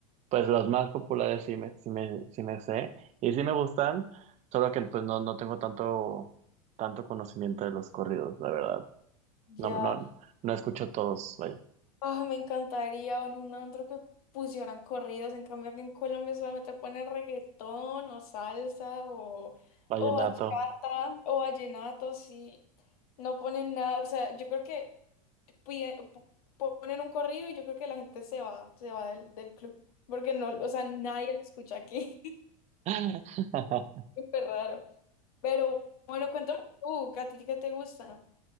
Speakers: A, on the right; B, on the left.
A: pues los más populares sí me, sí me, sí me sé y sí me gustan, solo que pues no, no tengo tanto, tanto conocimiento de los corridos, la verdad.
B: ya.
A: No, no, no escucho todos, vaya,
B: Ah, me encantaría o en un antro que pusieran corridos, en cambio aquí en Colombia solamente ponen reggaetón o salsa o,
A: vallenato.
B: o bachata o vallenato, sí, no ponen nada, o sea, yo creo que pide- po- ponen un corrido y yo creo que la gente se va, se va del, del club, porque no, o sea, nadie lo escucha aquí, <laughs> es
A: <laughs>
B: súper raro, pero bueno, cuéntame tú, ¿a ti qué te gusta?